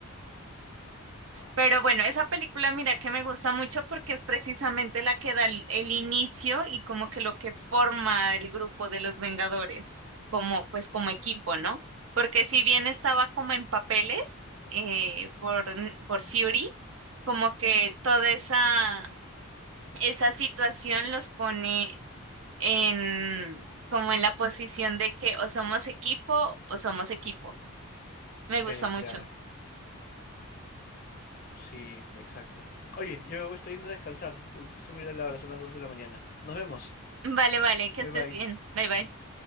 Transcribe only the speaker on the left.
Ah,
sí,
sí.
Eh,
claro. Sí, exacto. Oye, yo me voy estoy yendo a descansar. Tú justo mira la hora, son las 2 de la mañana. Nos vemos.
Bye
bye.